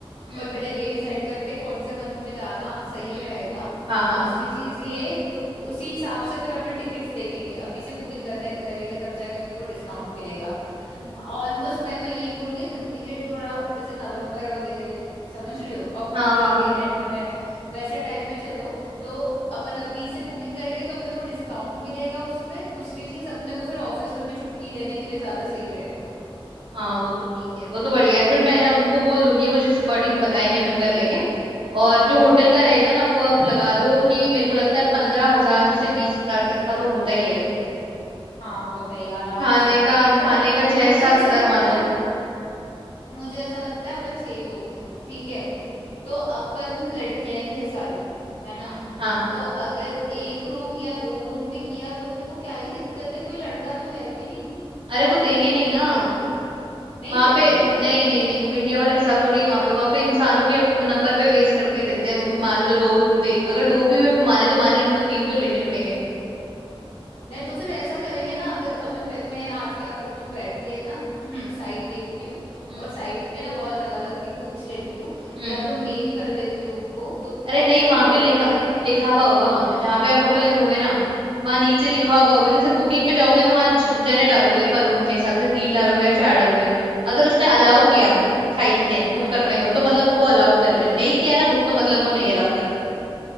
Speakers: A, on the right; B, on the left.
A: हम्म
B: और पहले ये डिसाइड करते हैं कौन से मंथ में जाना सही
A: हम्म
B: रहेगा
A: हाँ हाँ
B: दूसरी चीज ये क्यों उसी हिसाब से फिर अपन टिकट्स देखेंगे अभी से बुकिंग करने करेंगे तब जाके अपने को डिस्काउंट मिलेगा
A: हम्म
B: ऑलमोस्ट मैं तो यही बोलूंगी ठंडी के थोड़ा जैसे नवंबर वगैरह समझ
A: हम्म
B: रही हो अक्टूबर
A: हाँ हाँ
B: के एंड में वैसे टाइम पे चलो तो अपन अभी से बुकिंग करेंगे तो अपने को डिस्काउंट मिलेगा उस पे दूसरी चीज अपने को फिर ऑफिस में भी छुट्टी लेने के लिए ज्यादा सही रहेगा
A: हाँ वो तो ठीक है वो तो बढ़िया है फिर मैं ना उनको बोल दूंगी वो जिस अकॉर्डिंग बताएंगे अपन कर लेंगे और जो होटल
B: ठीक है
A: का रहेगा ना वो आप लगा लो कि मेरे को लगता है पंद्रह हजार से बीस हजार तक का तो होता ही है
B: हाँ होता ही आराम
A: खाने
B: से
A: का
B: पर
A: खाने का
B: मुझे
A: छह सात
B: ऐसा
A: हजार
B: लगता
A: मान
B: है
A: लो हम्म
B: मुझे ऐसा लगता है अपन छह लोग हैं ठीक
A: हम्म
B: है तो अपन लड़कियां ही है सारी है ना
A: हम्म, हाँ
B: तो अगर एक रूम या दो रूम भी किया तो अपने को क्या ही दिक्कत है कोई लड़का तो है भी नहीं
A: अरे वो देंगे नहीं ना
B: नहीं
A: वहां
B: देते
A: पे
B: क्या
A: नहीं नहीं नहीं वो इंडिया वाला हिसाब थोड़ी है वहां पे वहां पे इंसानों के नंबर पे बेस करके देते हैं वो कि मान लो दो रूम दे अगर दो भी में भी माने तो माने नहीं तो तीन तो लेने पड़ेंगे
B: नहीं तो फिर ऐसा करेंगे ना अगर अपन पहले मैं आज क्या करती हूँ बैठ के ना <clears throat> साइट देखती हूँ
A: हम्म
B: और साइट पे ना कॉल लगा लगा के पूछ लेती हूँ
A: हम्म
B: या तो मेल कर देती हूँ उनको तो
A: अरे
B: वो
A: नहीं
B: अपने
A: वहां
B: को रिवर्ट
A: पे लिखा
B: कर देंगे
A: लिखा हुआ होगा वहां पे जहां पे आप होटल लिखोगे ना वहां नीचे लिखा
B: हाँ
A: हुआ होगा जैसे बुकिंग पे जाओगे तो वहां जने डालोगे पर रूम के हिसाब से तीन डालोगे या चार
B: हाँ
A: डालोगे अगर उसने अलाउ
B: हाँ
A: किया साइट ने बुक
B: हाँ
A: करने को तो मतलब
B: हाँ
A: वो अलाउड कर रहे हैं नहीं किया ना बुक तो मतलब वो नहीं अलाउ कर रहे हैं